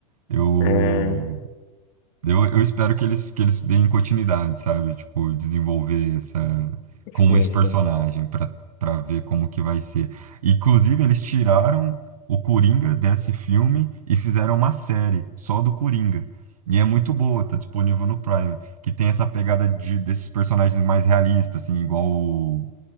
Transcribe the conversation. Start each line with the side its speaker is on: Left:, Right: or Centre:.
Right: Eu
Left: É,
Right: Eu, eu espero que eles, que eles deem continuidade, sabe? Tipo, desenvolver essa,
Left: sim,
Right: com esse
Left: sim.
Right: personagem pra para ver como que vai ser. Inclusive, eles tiraram o Coringa desse filme e fizeram uma série só do Coringa. E é muito boa, tá disponível no Prime, que tem essa pegada de, desses personagens mais realistas, assim, igual o,